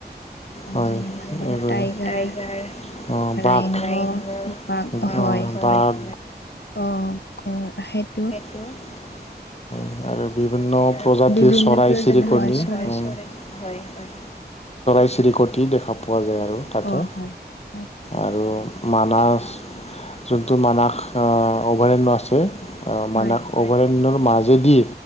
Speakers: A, on the left; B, on the left.
A: হয়
B: যেননেবা,
A: এইবোৰে
B: টাইগাৰ,
A: অ', বাঘ
B: ৰাইন
A: অ',
B: পা হয়, হয়
A: বাঘ
B: অ' <unintelligible>
A: সেইটো উম, আৰু বিভিন্ন প্ৰজাতিৰ
B: বিভিন্ন
A: চৰাই
B: প্ৰয়োজনীয়
A: চিৰিকণি
B: হয় চৰাই
A: উম, হয়, হয়। <unintelligible> চৰাই-চিৰিকটি দেখা পোৱা যায়, আৰু তাতে।
B: অ হয় হয়
A: আৰু মানছ, যোনটো মানাস আহ, অভয়াৰণ্য আছে। আহ, মানাস
B: হয়
A: অভয়াৰণ্যৰ মাজেদি